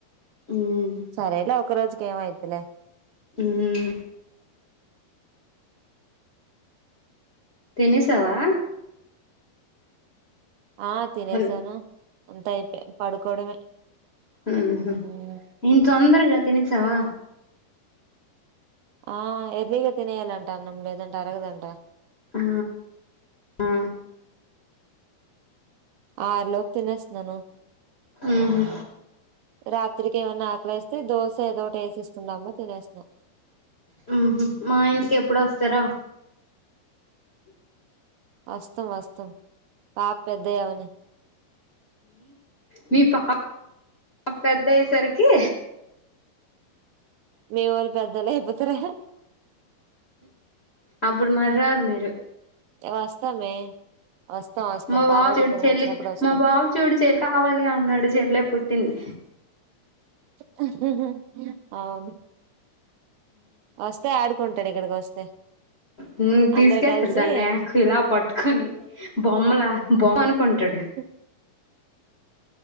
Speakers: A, on the left (about 45°); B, on the right (about 75°).
A: ఉమ్
B: సరేలే ఒక రోజుకి ఏమైద్దిలే
A: ఉమ్ తినసవా
B: ఆ తినేసాను
A: హలో
B: అంత అయిపోయి పడుకోవడమే
A: హు హు
B: ఉమ్.
A: ఇంత తొందరగా తినేసావా
B: ఆ ఏర్లీగా తినేయలంటా అన్నము లేదంటే అరగదంట
A: ఆ ఆ
B: ఆఆరు లోపు తినేస్తున్నాను
A: ఉహు
B: రాత్రికి ఏమన్నా ఆకలిస్తే దోశ ఏదోటి ఎసెస్కొని తినేస్తున్న
A: హు హు మా ఇంటికి ఎప్పుడు వస్తారా
B: వస్తాం వస్తాం పాప పెద్దగా అవని
A: మీ పాప పా పెద్ద అయ్యే సరికి
B: మీవాళ్ళు పెద్దళ్ళు అయిపోతారా
A: అప్పుడు మరారు మీరు
B: వస్తాం ఏ వస్తాం
A: మా బాబు
B: పార్వతీపురం
A: చూడు చెల్లి
B: వచ్చినప్పుడు వస్తాం
A: మా బాబు చూడు చెల్లి కావాలి అన్నాడు చెల్లె పుట్టింది
B: హు హు అవును వస్తే ఆడుకుంటాడు ఇక్కడకి వస్త <inaudible>
A: హు పిసికేస్తాడు
B: కలిసి
A: దాన్ని ఇలా పట్టుకొని బొమ్మలా బొమ్మ అనుకుంటాడు
B: <inaudible>